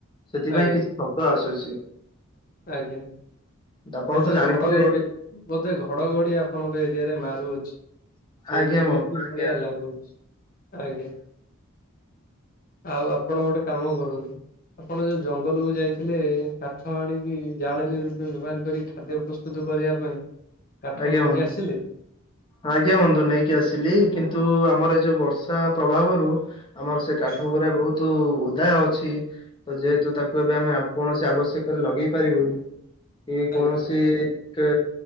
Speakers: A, on the left; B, on the left.
A: ସେଥିପାଇଁ
B: ଆଜ୍ଞା
A: କିଛି ଶବ୍ଦ ଆସୁଛି।
B: ଆଜ୍ଞା
A: ଆପଣ
B: ବୋଧେ
A: ତ ଜାଣିଥିବେ
B: ଘଡ ଘଡି। ବୋଧେ ଘଡଘଡି ଆପଣଙ୍କ ଏରିଆରେ ମାରୁଅଛି। ସେ
A: ଆଜ୍ଞା
B: ଏମିତି
A: ବନ୍ଧୁ ଆଜ୍ଞା
B: ଭଳିଆ ଲାଗୁଛି ଆଜ୍ଞା। ଆଉ ଆପଣ ଗୋଟେ କାମ କରନ୍ତୁ ଆପଣ ଯୋଉ ଜଙ୍ଗଲ କୁ ଯାଇଥିଲେ କାଠ ହାଣିକି ଜାଳେଣୀ ରୂପେ ବ୍ୟବହାର କରି ଖାଦ୍ୟ ପ ସ୍ତୁତୁ କରିବା ପାଇଁ କାଠ
A: ଆଜ୍ଞା
B: ନେଇକି
A: ବନ୍
B: ଆସିଲେ?
A: ଆଜ୍ଞା ବନ୍ଧୁ ନେଇକି ଆସିଲି କିନ୍ତୁ ଆମର ଏଇ ଯୋଉ ବର୍ଷା ପ୍ରଭାବରୁ ଆମର ସେ କାଠ
B: ଆଜ୍ଞା
A: ଗୁରା ବହୁତ ତୁ ଉଦା ଅଛି ତ ଯେହେତୁ ତାକୁ ଏବେ ଆମେ କୌଣସି ଆବଶ୍ୟକରେ ଲଗେଇ ପାରିବୁନି ଇଏ କୌଣସି
B: ଆଜ୍ଞା
A: କେ